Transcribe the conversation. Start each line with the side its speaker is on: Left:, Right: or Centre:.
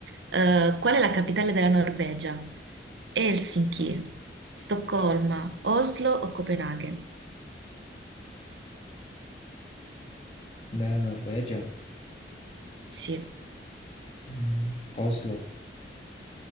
Right: Eh, qual è la capitale della Norvegia? Helsinki, Stoccolma, Oslo o Copenaghen?
Left: Da Norvegia.
Right: Sì.
Left: Mm, Oslo.